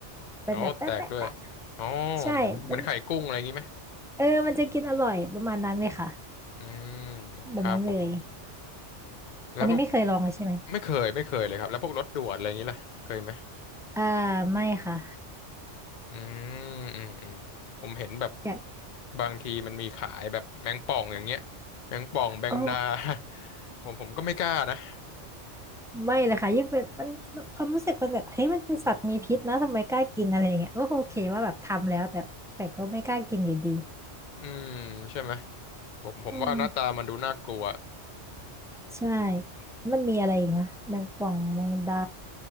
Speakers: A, in the centre; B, on the left (about 45°).
A: เป็นแบบแปะแปะแปะ
B: อ๋อแตกด้วยอ๋อ
A: ใช่มัน
B: เหมือนเหมือนไข่กุ้งอะไรอย่างงี้ไหม
A: เออมันจะกินอร่อยประมาณนั้นเลยค่ะ
B: อืม
A: แบบนั้นเลย
B: ครับผมแล้วพวก
A: อันนี้ไม่เคยลองเลยใช่ไหม
B: ไม่เคยไม่เคยเลยครับแล้วพวกรสด่วนอะไรอย่างงี้ล่ะเคยไหม
A: อ่าไม่ค่ะ
B: อืมอืมอืมผมเห็นแบบ
A: อยาก
B: บางทีมันมีขายแบบแมงป่องอย่างเงี้ยแมงป่องแมงดา
A: โอ้
B: <laughs> ผมผมก็ไม่กล้านะ
A: ไม่เลยค่ะยิ่งเป็นมันความรู้สึกมันแบบเฮ้ยมันเป็นสัตว์มีพิษนะทำไมกล้ากินอะไรอย่างเงี้ยก็โอเคว่าแบบทำแล้วแต่แต่ก็ไม่กล้ากินอยู่ดี
B: อืมใช่ไหมผมผมว่าหน้าตามันดูน่ากลัว
A: อืมใช่มันมีอะไรอีกนะแมงป่องแมงดา